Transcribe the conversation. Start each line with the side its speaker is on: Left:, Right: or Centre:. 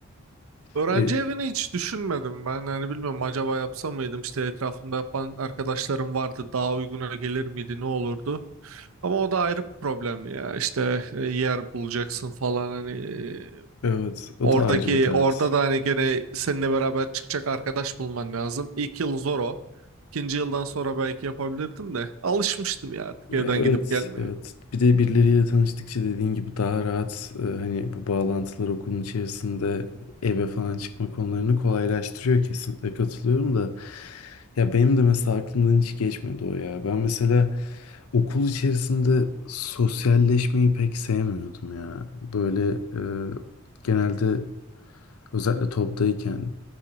Right: Öğrenci
Left: E,
Right: evini hiç düşünmedim. Ben hani bilmiyorum acaba yapsam mıydım? İşte etrafımda yapan arkadaşlarım vardı. Daha uyguna gelir miydi? Ne olurdu? Ama o da ayrı bir problem ya. İşte e, yer bulacaksın falan hani e,
Left: evet o
Right: oradaki
Left: da ayrı bir dert.
Right: orada da hani gene seninle beraber çıkacak arkadaş bulman lazım. İlk yıl zor o. İkinci yıldan sonra belki yapabilirdim de alışmıştım ya artık
Left: Ya
Right: evden
Left: evet,
Right: gidip gelmeye.
Left: evet. Bir de birileriyle tanıştıkça dediğin gibi daha rahat e, hani bu bağlantılar okulun içerisinde eve falan çıkma konularını kolaylaştırıyor kesinlikle katılıyorum da. Ya benim de mesela aklımdan hiç geçmedi o ya. Ben mesela okul içerisinde sosyalleşmeyi pek sevmiyordum ya. Böyle e, genelde özellikle toptayken